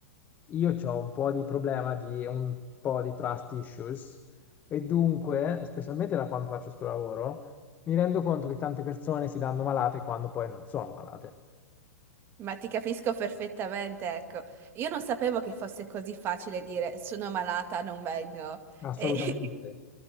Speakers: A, on the left (about 20°); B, on the right (about 30°).
A: io ho un po' di problema di un po' di trust issues e dunque, specialmente da quando faccio sto lavoro, mi rendo conto che tante persone si danno malate quando poi non sono malate.
B: <laughs> Ma ti capisco perfettamente, ecco. Io non sapevo che fosse così facile dire sono malata, non vengo.
A: Assolutamente.
B: E <laughs>